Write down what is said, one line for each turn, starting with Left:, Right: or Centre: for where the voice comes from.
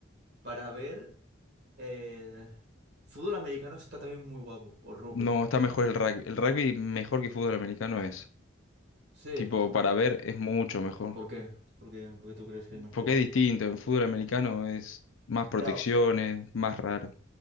Right: para ver. El fútbol americano está también muy guapo, o rugby.
Left: No, está mejor el rugby. El rugby mejor que fútbol americano es.
Right: Sí,
Left: Tipo,
Right: tú.
Left: para ver es mucho mejor.
Right: ¿Por qué? ¿Por qué, por qué tú crees que es mejor?
Left: Porque es distinto. En fútbol americano es más protecciones,
Right: Claro,
Left: más raro.